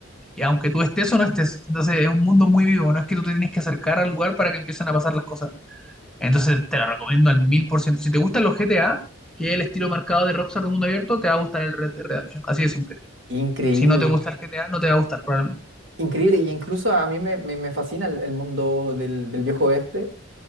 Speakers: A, in the centre; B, on the right.
A: y aunque tú estés o no estés, entonces es un mundo muy vivo, no es que tú te tienes que acercar al lugar para que empiecen a pasar las cosas. Entonces te lo recomiendo al mil por ciento. Si te gustan los GTA, que es el estilo marcado de Rockstar de mundo abierto, te va a gustar el Red Dead Redemption, así de simple.
B: Increíble,
A: Si no te gusta el GTA, no te va a gustar probablemente.
B: increíble. Y incluso a mí me, me- me fascina el, el mundo del, del viejo oeste